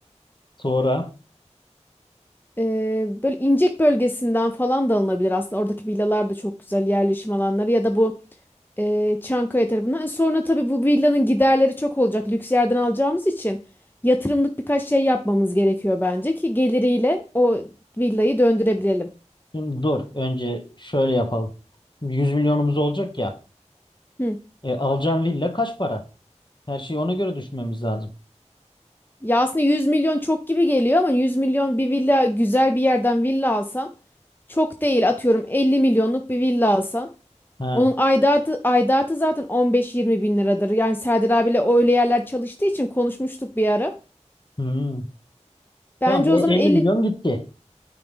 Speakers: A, on the left; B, on the left.
A: Sonra
B: Ee, böyle İncek bölgesinden falan da alınabilir aslında. Oradaki villalar da çok güzel yerleşim alanları ya da bu e, Çankaya tarafından. E, Sonra tabii bu villanın giderleri çok olacak. Lüks yerden alacağımız için yatırımlık birkaç şey yapmamız gerekiyor bence ki geliriyle o villayı döndürebilelim.
A: şimdi dur. Önce şöyle yapalım. 100 milyonumuz olacak ya.
B: Hı.
A: E, alacağın villa kaç para? Her şeyi ona göre düşünmemiz lazım.
B: Ya aslında 100 milyon çok gibi geliyor ama 100 milyon bir villa güzel bir yerden villa alsan çok değil atıyorum 50 milyonluk bir villa alsan
A: Ha.
B: Onun aidatı, aidatı zaten 15-20 bin liradır. Yani Serdar abiyle öyle yerler çalıştığı için konuşmuştuk bir ara.
A: Hmm.
B: Bence
A: Tamam
B: o
A: e,
B: zaman
A: 50
B: 50,
A: milyon gitti.